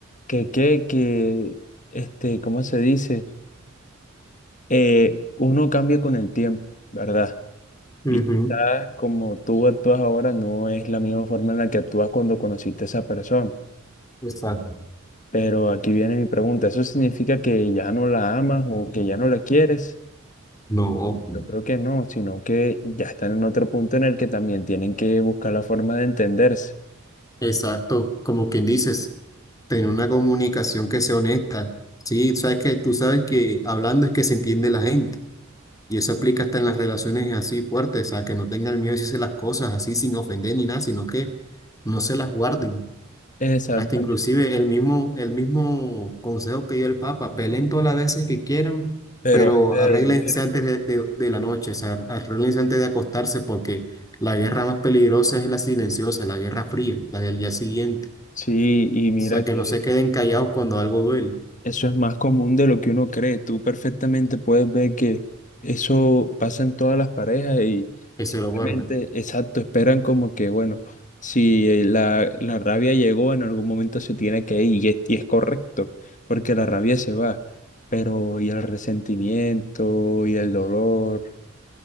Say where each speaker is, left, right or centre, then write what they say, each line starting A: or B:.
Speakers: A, on the left; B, on the left.
A: que, que, que, este, ¿cómo se dice? Eh, uno cambia con el tiempo, ¿verdad?
B: Ujú,
A: Y quizás como tú actúas ahora no es la misma forma en la que actúas cuando conociste a esa persona.
B: Exacto.
A: Pero aquí viene mi pregunta, ¿eso significa que ya no la amas o que ya no la quieres?
B: No,
A: Yo creo que no, sino que ya están en otro punto en el que también tienen que buscar la forma de entenderse.
B: Exacto, como quien dices, tener una comunicación que sea honesta. Sí, sabes que tú sabes que hablando es que se entiende la gente y eso aplica hasta en las relaciones así fuertes, o sea, que no tengan miedo de decirse las cosas así sin ofender ni nada, sino que no se las guarden.
A: Exactamente.
B: Hasta inclusive el mismo, el mismo consejo que dio el Papa, peleen todas las veces que quieran,
A: Pero
B: pero
A: antes
B: arréglense
A: de dormir.
B: antes de, de- de la noche, o sea, arréglense antes de acostarse, porque la guerra más peligrosa es la silenciosa, la guerra fría, la del día siguiente.
A: Sí, y mira
B: O sea, que
A: que
B: no se queden callados cuando algo duele,
A: Eso es más común de lo que uno cree. Tú perfectamente puedes ver que eso pasa en todas las parejas y
B: que
A: simplemente,
B: se lo guarden.
A: exacto, esperan como que, bueno, si eh, la, la rabia llegó, en algún momento se tiene que ir y es, y es correcto, porque la rabia se va, pero y el resentimiento y el dolor,